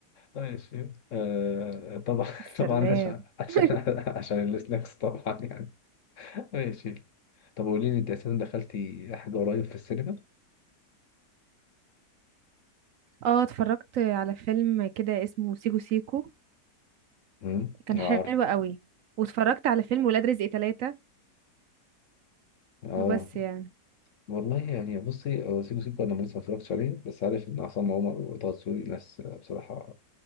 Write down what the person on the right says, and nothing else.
السلام
<laughs>
اه اتفرجت على فيلم كده اسمه سيكو سيكو
كان
حلو قوي واتفرجت على فيلم ولاد رزق تلاتة
وبس يعني